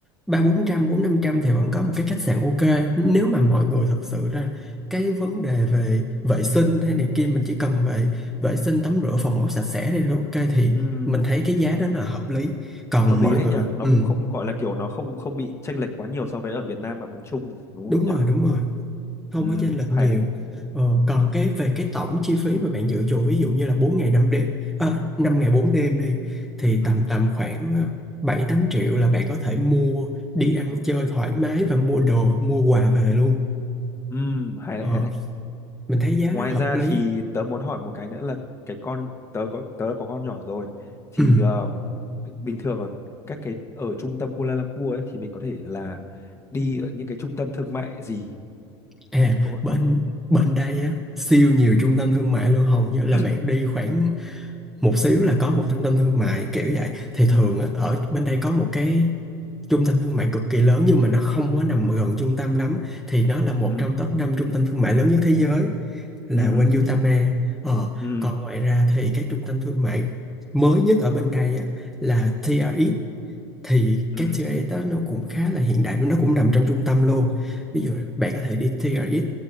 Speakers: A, in the centre; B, on the left.
A: ba bốn trăm bốn năm trăm thì vẫn có một cái khách sạn ok nếu mà mọi người thật sự ra cái vấn đề về vệ sinh hay này kia mình chỉ cần về vệ sinh tắm rửa phòng ốc sạch sẽ thì là ok thì
B: Ừ.
A: mình thấy cái giá đó là hợp lý còn
B: hợp lý
A: mọi
B: đấy
A: người
B: nhỉ nó
A: ừ,
B: cũng không gọi là kiểu nó không không bị chênh lệch quá nhiều so với ở Việt Nam mà bằng chung đúng
A: đúng
B: không
A: rồi
B: nhỉ
A: đúng rồi không
B: ừ.
A: có chênh lệch
B: hay
A: nhiều
B: đấy
A: ờ, còn cái về cái tổng chi phí mà bạn dự trù ví dụ như là bốn ngày năm đêm à, 5 ngày 4 đêm đi thì
B: ừ.
A: tầm tầm khoảng ờ, bảy tám triệu là bạn có thể mua đi ăn chơi thoải mái và mua đồ mua quà về luôn
B: Ừ. hay
A: Ờ,
B: đấy hay đấy
A: mình thấy giá
B: ngoài
A: nó hợp
B: ra
A: lý
B: thì tớ muốn hỏi một cái nữa là cái con tớ có tớ có con nhỏ rồi thì
A: ừ.
B: ờ, bình thường ở các cái ở trung tâm Kuala Lumpur ấy thì mình có thể là đi ở những cái trung tâm thương mại gì
A: à
B: kiểu
A: bên
B: có thể
A: bên đây á siêu nhiều trung tâm thương mại luôn hầu như là
B: <clears throat>
A: bạn đi khoảng một xíu là có một trung tâm thương mại kiểu vậy thì
B: ừ
A: thường á, ở bên đây có một cái trung tâm thương mại cực kỳ lớn nhưng mà nó không có nằm gần trung tâm lắm thì nó là một
B: ừ
A: trong top 5 trung tâm thương mại lớn nhất thế giới là
B: ừ
A: Wanyutama
B: hứ,
A: ờ
B: ừ
A: còn ngoài ra thì cái trung tâm thương mại mới nhất ở bên đây á, là TRX thì
B: ừ
A: cái TRX đó nó cũng khá là hiện đại nó cũng nằm trong trung tâm luôn ví dụ bạn có thể đi TRX